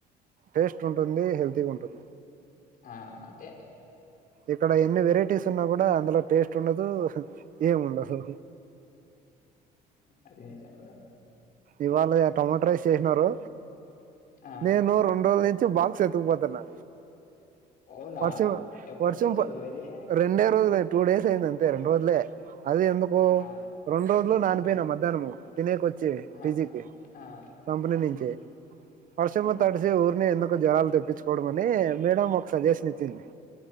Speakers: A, on the right (about 55°); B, on the left (about 55°).
A: టేస్ట్ ఉంటుంది హెల్తీగా ఉంటుంది
B: ఆ అదే
A: ఇక్కడ ఎన్ని వెరైటీస్ ఉన్నా కూడా అందులో టేస్ట్ ఉండదు ఏమ్ ఉండదు
B: అది నిజం బ్రో.
A: ఇవాళ టొమాటో రేస్ చేసినారు
B: ఆ!
A: నేను రెండు రోజుల నుంచి బాక్స్ ఎత్తుకుపోతాన్నా
B: అవునా?
A: వర్ష
B: ఎప్పటి
A: వర్షం
B: నుంచి
A: ప
B: బ్రో ఇది?
A: రెండే రోజులు టూ డేస్ అయింది అంతే రెండు రోజులే అది ఎందుకు
B: ఆ!
A: రెండు రోజులు నానిపోయిన
B: ఆ!
A: మధ్యాహ్నము తినేక వచ్చి పిజీకి
B: ఆ! ఆ!
A: కంపెనీ
B: హ్మ్.
A: నుంచే
B: హ్మ్.
A: వర్షంలో
B: హ్మ్.
A: తడిచి ఊరికినే ఎందుకు జ్వరాలు తెప్పించు చోడు మనీ మేడమ్ ఒక సజెషన్ ఇచ్చింది